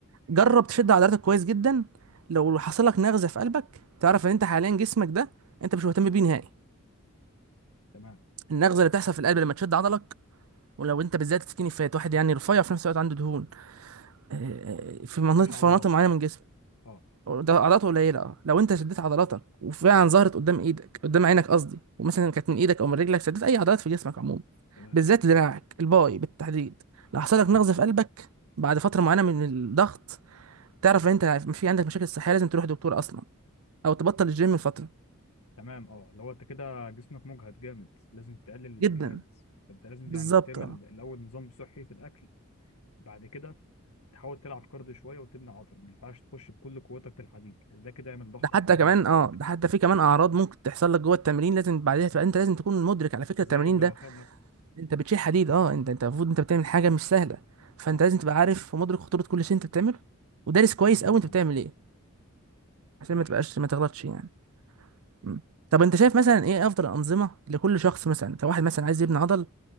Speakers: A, on the right; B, on the left.
A: جرب تشد عضلاتك كويس جدا لو حصل لك نغزه في قلبك تعرف ان انت حاليا جسمك ده انت مش مهتم بيه نهائي
B: تمام
A: النغزه اللي بتحصل في القلب لما تشد عضلك ولو انت بالذات سكيني فات واحد يعني رفيع في نفس الوقت عنده دهون آه، آه، آه، في مناطق
B: مفيش
A: في
B: عضلات
A: مناطق معينه من جسمك
B: اه
A: ده عضلاته قليله اه لو انت شديت عضلاتك وفعلا ظهرت قدام ايدك قدام عينك قصدي ومثلا كانت من ايدك او من رجلك شديت اي عضلات في جسمك عموما
B: تمام
A: بالذات دراعك الباي بالتحديد لو حصل لك نقص في قلبك بعد فتره معينه من الضغط تعرف ان انت في عندك مشاكل صحيه لازم تروح دكتور اصلا او تبطل الجيم لفتره
B: تمام اه لو انت كده جسمك مجهد جامد لازم تقلل الاجهاد
A: جدا
B: فانت لازم
A: بالظبط
B: يعني تعمل
A: اه
B: الاول نظام صحي في الاكل بعد كده تحاول تلعب كارديو شويه وتبني عضل ما ينفعش تخش بكل قوتك في الحديد ده كده يعمل ضغط
A: ده حتى
B: على عضله
A: كمان
B: قلبك
A: اه ده حتى في كمان اعراض ممكن تحصل لك جوه التمرين لازم بعدها تبقى انت لازم تكون مدرك على فكره
B: زي
A: التمرين
B: الدوخان
A: ده
B: مثلا
A: انت بتشيل حديد
B: عارف؟
A: اه انت انت المفروض انت بتعمل حاجه مش سهله فانت
B: صح.
A: لازم تبقى عارف في مدرك خطوره كل شيء انت بتعمله ودارس كويس
B: لا مظبوط
A: قوي انت بتعمل ايه عشان
B: ماشي
A: ما تبقاش ما تغلطش يعني مم. طب انت شايف مثلا ايه افضل الانظمه لكل شخص مثلا كواحد مثلا عايز يبني عضل